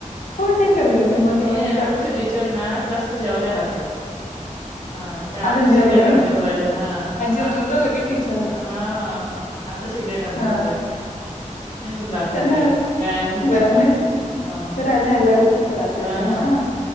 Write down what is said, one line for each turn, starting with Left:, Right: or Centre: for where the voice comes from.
Left: कोण डेकर देतं मधी
Right: हे
Left: मधी सारखं?
Right: आमच्या टिचरे ना जास्त जेवल्याय रात्री. हा ते आताशिक
Left: अजून जिरलं
Right: ढेकर
Left: नाही?
Right: निघू राहीले ह.
Left: जिरलं
Right: आ
Left: झालं का टीचर?
Right: ह आताशिक ढेकर
Left: हा.
Right: निघू राहिले. तीन रात्री
Left: त्यांना
Right: ते व्यायाम नाही केला
Left: व्यायाम
Right: ना.
Left: नाही
Right: ह ह.
Left: फिरायला न्यायला लागतच राहतोय
Right: ह. हा
Left: त्यांना